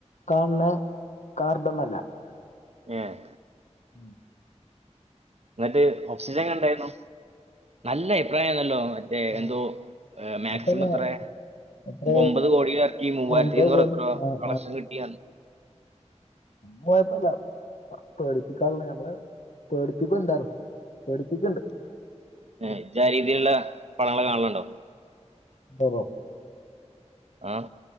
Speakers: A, on the left (about 80°); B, on the right (about 60°).
A: കാണണ കാർഡൊന്നുമല്ല
B: ഏഹ്
A: ഉം
B: എന്നിട്ട് ഓക്സിജൻ കണ്ടായിരുന്നോ നല്ല അഭിപ്രായണല്ലോ മറ്റേ
A: ആഹ്
B: എന്തോ മാക്സിമം
A: കുഴപ്പല്ല
B: അത്രെ
A: എത്ര
B: ഒമ്പത് കോടിയിലർക്കി മുവായിരത്തി
A: ഒമ്പത്
B: എയ്നൂറ്
A: കോടി
B: എത്രോ
A: ആഹ്
B: കളക്ഷൻ കിട്ടി
A: കുഴപ്പില്ല. പേടിപ്പിക്കാറുള്ള ഞമ്മള് പേടിപികൂ ന്താലും. പേടിപ്പിക്ക്ണ്ട്.
B: ഏഹ് ഇജ് അരീതിയിലുള്ള പടങ്ങൾ കാണലുണ്ടോ?
A: <unintelligible>
B: അഹ്.